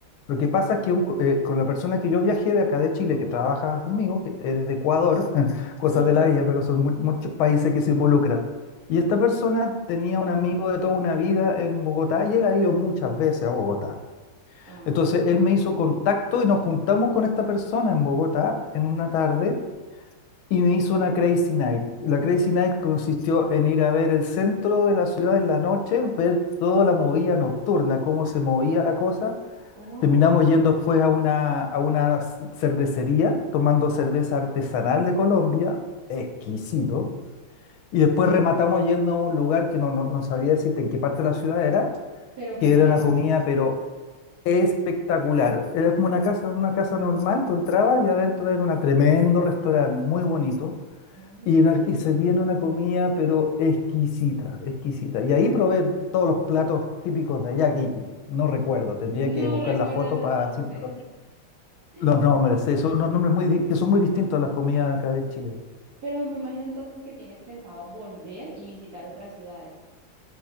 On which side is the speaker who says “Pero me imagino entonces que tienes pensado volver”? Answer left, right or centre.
Right